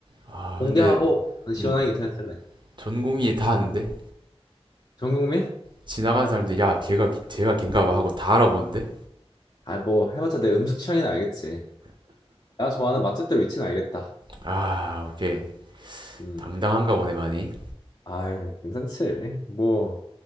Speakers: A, on the right; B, on the left.
A: 아,
B: 공개하고,
A: 근데
B: 난 시원하게
A: 음,
B: 인터넷 쓸래.
A: 전 국민이 다 아는데?
B: 전 국민?
A: 지나가는 사람들 야 걔가 걔가 걔인가 봐 하고 다 알아보는데
B: 아, 뭐, 해봤자 내 음식 취향이나 알겠지. 내가 좋아하는 맛집들 위치는 알겠다.
A: 아 오케이
B: 음.
A: 당당한가 보네 많이
B: 아이, 괜찮지. 뭐,